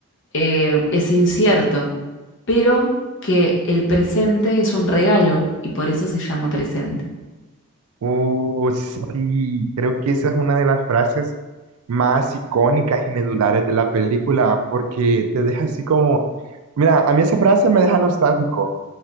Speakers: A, on the left; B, on the right.
A: eh, es incierto, pero que el presente es un regalo y por eso se llama presente.
B: Oh, sí, creo que esa es una de las frases más icónicas y medulares de la película, porque te deja así como, mira, a mí esa frase me deja nostálgico,